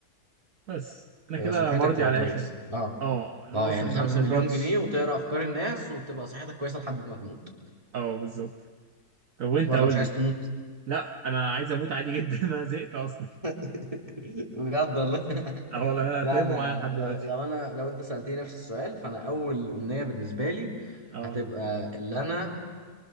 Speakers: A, on the right (about 65°); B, on the right (about 20°).
A: بس أنا كده
B: آه، صحتك
A: مرضي
B: تبقى
A: على
B: كويسة
A: الآخر
B: اه
A: اه اللي
B: اه
A: هو مثلا
B: يعني
A: ما
B: 5
A: بنبردش
B: مليون جنيه وتقرا افكار الناس وتبقى صحتك كويسة لحد ما تموت
A: اه بالظبط طب وأنت
B: ولا
A: قول
B: مش عايز
A: لي
B: تموت
A: لا أنا عايز أموت عادي جدا <laughs> أنا زهقت أصلا
B: <laughs> بجد والله <laughs>
A: اه والله أنا
B: لا
A: طيبة
B: انا
A: معايا لحد
B: لو
A: دلوقتي
B: لو انا لو انت سألتني نفس السؤال فانا اول امنية بالنسبة لي
A: اه
B: هتبقى اللي انا